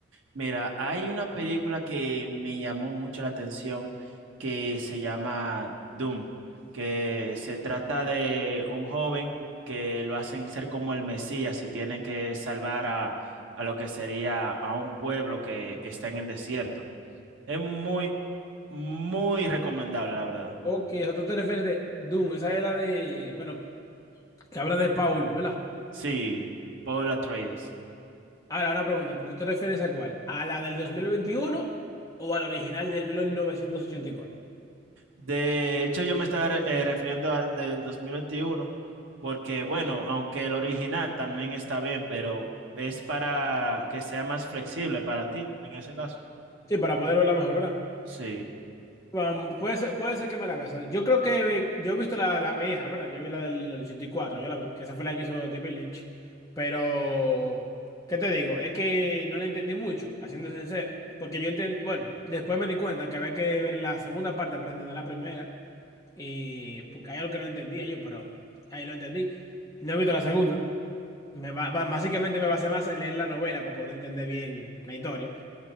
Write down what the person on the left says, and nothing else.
Ok, o sea, tú te refieres de Doom, esa es la de, bueno, que habla de Paul, ¿verdad?
Ahora, una pregunta, ¿pero tú te refieres a cuál? ¿A la del 2021 o a la original del 1984?
Sí, para poder verla mejor, ¿verdad?
Um, puede ser, puede ser que me la vea. O sea, Yo creo que ve- yo he visto la, la vieja, ¿verdad? Yo vi la del ochenta y cuatro yo la vi, que esa fue la que hizo The Village. Pero, ¿qué te digo? Es que no la entendí mucho, haciéndose sincero, porque yo entendí, bueno, después me di cuenta que había que ver la segunda parte para entender la primera, y porque hay algo que no entendía yo, pero ahí lo entendí. No he visto la segunda. Me ba- ba- básicamente me basé más en leer la novela para poder entender bien la historia.